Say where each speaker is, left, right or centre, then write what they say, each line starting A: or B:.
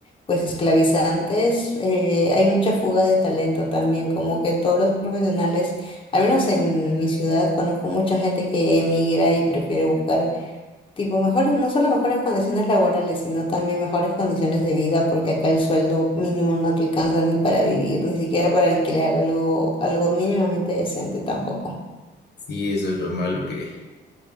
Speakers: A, on the left; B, on the left.
A: pues esclavizantes, eh, hay mucha fuga de talento también, como que todos los profesionales, al menos en mi ciudad, conozco mucha gente que emigra y prefiere buscar tipo mejores, no solo mejores condiciones laborales, sino también mejores condiciones de vida, porque acá el sueldo mínimo no te alcanza ni para vivir, ni siquiera para alquilar algo, algo mínimamente decente tampoco.
B: Sí, eso es lo malo que,